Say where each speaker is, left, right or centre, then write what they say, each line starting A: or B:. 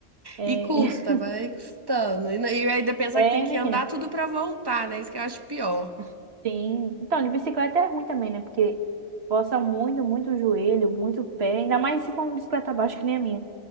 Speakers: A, on the right; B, on the right.
A: É,
B: E custa,
A: <laughs>
B: vai custando. E, na- e ainda pensar
A: é,
B: que tem que
A: menina,
B: andar tudo pra voltar, né? Isso que eu acho pior.
A: Sim. Então, de bicicleta é ruim também, né? Porque força muito, muito o joelho, muito o pé. Ainda mais se for uma bicicleta baixa que nem a minha.